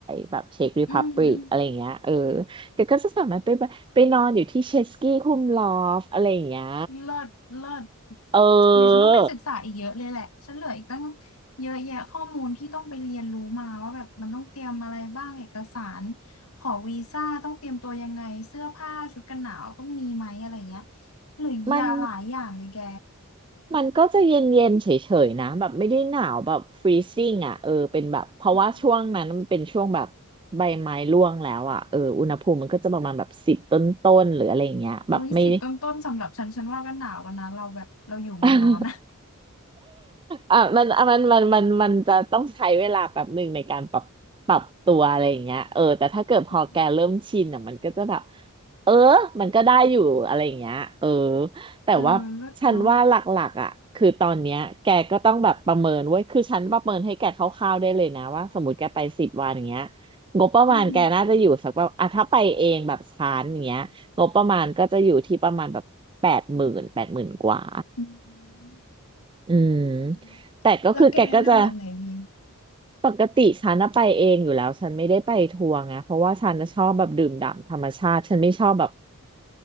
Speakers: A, on the right; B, on the left.
A: แบบเช็คร e
B: อืมอืม
A: พับ l ิกอะไรเงี้ยเออแกก็จะสามารถไปแบบไปนอนอยู่ที่เชสกี้คุมลอฟอะไรอย่างเงี้ย
B: เลิศเลิศ
A: เออ
B: เดี๋ยวฉันต้องไปศึกษาอีกเยอะเลยแหละฉันเหลืออีกตั้งเยอะแยะข้อมูลที่ต้องไปเรียนรู้มาว่าแบบมันต้องเตรียมอะไรบ้างเอกสารขอวีซ่าต้องเตรียมตัวยังไงเสื้อผ้าชุดกันหนาวต้องมีไหมอะไรเงี้ยเหลือเยอะหลายอย่างเลยแก
A: มัน มันก็จะเย็นๆเฉยๆนะแบบไม่ได้หนาวแบบฟรีซิ่งอ่ะเออเป็นแบบเพราะว่าช่วงนั้นมันเป็นช่วงแบบ
B: อืม
A: ใบไม้ร่วงแล้วอ่ะเอออุณหภูมิมันก็จะประมาณแบบสิบต้นๆหรืออะไรอย่างเงี้ยแบบไม่
B: อุ้ยสิบต้นต้นๆสำหรับฉันฉันว่าก็หนาวแล้วนะเราแบบเราอยู่เมืองร้อนนะ
A: <laughs> อ่ะมันอ่ะมันมันมันมันจะต้องใช้เวลาแบบหนึ่งในการปรับปรับตัวอะไรอย่างเงี้ยเออแต่ถ้าเกิดพอแกเริ่มชินอ่ะมันก็จะแบบ
B: อืม
A: เออมันก็ได้อยู่อะไรอย่างเงี้ยเออแต่ว่าฉันว่าหลักๆอ่ะคือตอนเนี้ยแกก็ต้องแบบประเมินเว้ยคือฉันประเมินให้แกคร่าวๆได้เลยนะว่าสมมติแกไปสิบวันอย่างเงี้ย
B: เออเลิศเนาะ
A: งบประมาณแกน่าจะอยู่สักแบบอ่ะถ้าไปเองแบบชานอย่างเงี้ยงบประมาณก็จะอยู่ที่ประมาณแบบแปดหมื่นแปดหมื่นกว่า
B: อืมอืม
A: อืม
B: อืมอืมอืม
A: แต่ก็คือแกก็จะ
B: แล้วแกแนะนำแบบไหนดี
A: ปกติฉันน่ะไปเองอยู่แล้วฉันไม่ได้ไปทัวร์ไงเพราะว่าฉันน่ะชอบแบบดื่มด่ำธรรมชาติฉันไม่ชอบแบบ